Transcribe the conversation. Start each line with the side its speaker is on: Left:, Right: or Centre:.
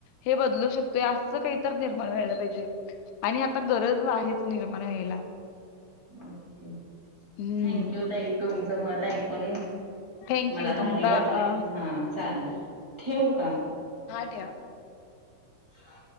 Left: हे बदलू शकतोय, असं काही तर निर्माण व्हायला पाहिजे. आणि आता गरज आहेच निर्माण या्यायला
Right: ओके
Left: हम्म
Right: थँक यू ताई तुमचं मत आहेऐ पण
Left: थँंक
Right: मला
Left: यू तुमचा
Right: भारी वाटलंय
Left: अ
Right: हा चालेल ठेव का
Left: हा ठेवा.
Right: हा.